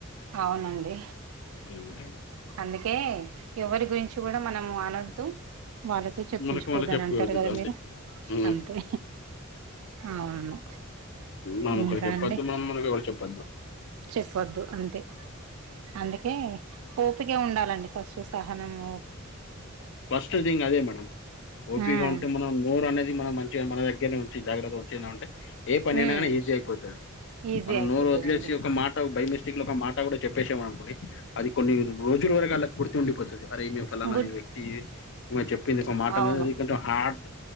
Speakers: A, on the right; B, on the left.
A: అవునండి
B: ఉమ్.
A: అందుకే ఎవరి గురించి కూడా మనం అనద్దు వాళ్ళతో చెప్పించుకొద్దు
B: మనకు వాళ్ళు చెప్పుకోదు
A: అని అంటారు కదా
B: అంతే
A: మీరు
B: ఉమ్.
A: అంతే అవును
B: మామొక్కరుకి
A: ఇంకా
B: చెప్పొద్దు
A: అండి
B: మా అమ్మనికి ఎవరు చెప్పొద్దు
A: చెప్పొద్దు అంతే అందుకే ఓపికే ఉండాలండి ఫస్ట్ సహనము
B: ఫస్ట్ థింగ్ అదే మేడం ఓపీగా
A: ఉమ్
B: ఉంటే మనం నోరు అనేది మనం మం మన దగ్గరనేంచి జాగ్రత్త ఉంచినే ఉంటే ఏ పని అయినా
A: ఉమ్
B: ఐనా ఈజీ అయిపోతది
A: ఈజీ
B: మనం
A: అయిపోతదండి
B: నోరు వదిలేసి ఒక మాట బై మిస్ టేక్ ల ఒక మాట కూడా చెప్పేశం అనుకొండి అది కొన్ని రోజుల వరకు అలా గుర్తుండిపోంది అరే మేము ఫలానా
A: గుడ్
B: ఈ వ్యక్తి చెప్పింది ఒక మాట
A: అవును
B: అదింట కొంచెం ఆట్